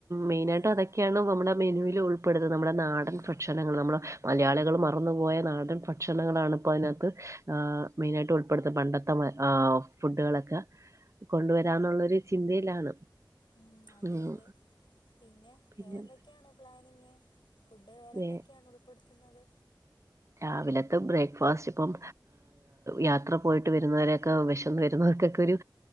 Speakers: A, on the right (about 40°); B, on the left (about 85°).
A: മെയിൻ ആയിട്ടും
B: ആ
A: അതൊക്കെയാണ് നമ്മുടെ മെനുവിൽ ഉൾ പ്പെടുന്നത് നമ്മുടെ നാടൻ
B: ആ
A: ഭക്ഷണങ്ങൾ നമ്മള് മലയാളികൾ മറന്നുപോയ നാടൻ ഭക്ഷണങ്ങളാണിപ്പോ അതിനകത്ത് ആ മെയിൻ ആയിട്ട് ഉൾപ്പെടുത്ത പണ്ടത്തെ മ ആ ഫുഡുകളൊക്കെ കൊണ്ടുവരാന്നുള്ളൊര് ചിന്തയിലാണ്
B: ഉം അതെ
A: ഉം
B: അതെ പിന്നെ
A: പിന്നെ
B: വേറെന്തൊക്കെയാണ് പ്ലാൻ ഫുഡ് വേറെ എന്തൊക്കെയാണ്
A: വേ
B: ഉൾപ്പെടു ത്ത്ന്നത്
A: രാവിലത്തെ ബ്രേക്ക്ഫാസ്റ്റ് ഇപ്പം യാത്ര പോയിട്ട് വരുന്നവരൊക്കെ വിശന്ന് വരുന്നവർക്കൊക്കെ ഒരു